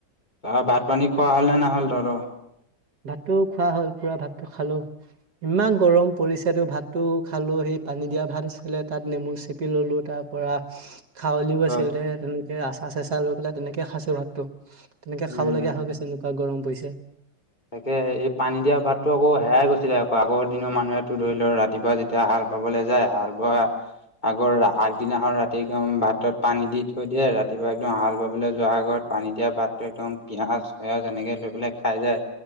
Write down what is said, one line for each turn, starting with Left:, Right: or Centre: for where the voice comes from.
Left: অহ' ভাত পানী খোৱা হ'ল নে নহ'ল তহঁতৰ?
Right: ভাতটো খোৱা হ'ল পুৰা ভাতটো খালোঁ। ইমান গৰম পৰিছে তো ভাতটো খালোঁ হেই পানী দিয়া ভাত আছিলে তাত নেমু চেপি ললোঁ তাৰ তাৰপৰা খাৱলিও
Left: হয়
Right: আছিল দে তেনেকে আছাৰ ছাচা লৈ পেলাই তেনেকে খাইছোঁ ভাতটো। তেনেকে
Left: উম
Right: খাব লগীয়া হৈ গৈছে এনেকুৱা গৰম পৰিছে।
Left: তাকে, এই পানী দিয়া ভাতো আকৌ হেৰাই গৈছিলে আকৌ আগৰ দিনৰ মানুহেতো ধৰি লওঁ ৰাতিপুৱা যেতিয়া হাল বাবলৈ যায়। হাল বোৱা
Right: <inaudible>
Left: আগৰ আগদিনাখন ৰাতি একদম ভাতত পানী দি থৈ দিয়ে, ৰাতিপুৱা একদম হাল বাবলৈ যোৱাৰ আগত পানী এতিয়া ভাতটো একদম পিঁয়াজ সেয়া যেনেকে লৈ পেলাই খাই যায়।